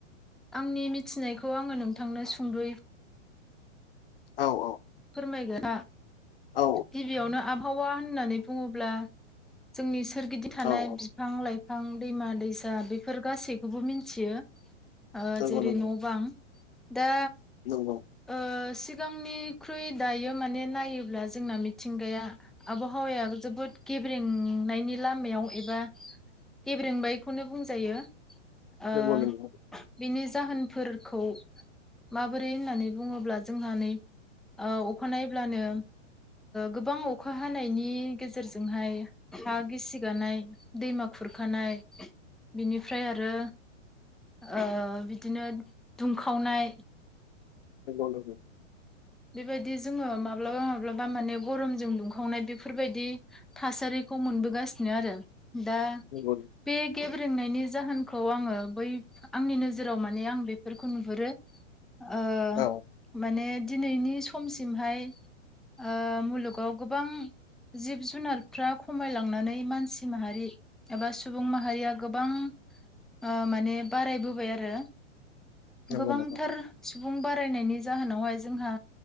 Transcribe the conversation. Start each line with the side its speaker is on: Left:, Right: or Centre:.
Centre: आंनि मिथिनायखौ आङो नोंथांनो सुंदयै
Left: औ
Centre: फोरमायगोन
Left: औ
Centre: गिबियावनो आब हावा होननानै बुङोब्ला जोंनि सोरगिदिं थानाय
Left: औ औ
Centre: बि फां लाइफां दैमा दैसा बेफोर गासैखौबो मिथियो
Left: नंगौ
Centre: जेरै
Left: नंगौ
Centre: न' बां दा
Left: नंगौ
Centre: ओ सिगांनिख्रुइ दायो माने नायोब्ला जोंना मिथिंगाया आबहावाया जोबोद गेब्रेंनायनि लामायाव एबा गेब्रेंबायखौनो बुंजायो
Left: नंगौ
Centre: ओ
Left: नंगौ
Centre: बिनि जाहोनफोरखौ माबोरै होननानै बुङोब्ला जोंहा नै औ अखानायब्लानो गोबां अखा हानायनि गेजेरजोंहाय हा गिसिगानाय दैमा खुरखानाय बिनिफ्राय आरो ओ बिदिनो दुंखावनाय
Left: नंगौ नोंथां
Centre: बेबायदि जोङो माब्लाबा माब्लाबा माने गरमजों दुंखावनाय बेफोरबायदि थासारिखौ मोनबोगासिनो आरो दा
Left: नंगौ
Centre: बे गेब्रेंनायनि जाहोनखौ आङो बै आंनि नोजोराव माने आं बेफोरखौ नुहुरो ओ
Left: औ
Centre: माने दिनैनि समसिमहाय ओ मुलुगाव गोबां जिब जुनारफ्रा खमायलांनानै मानसि माहारि एबा सुबुं माहारिया गोबां ओ माने बारायबोबाय आरो
Left: नंगौ
Centre: गोबांथार
Left: नोंथां
Centre: सुबुं बारायनायनि जाहोनावहाय जोंहा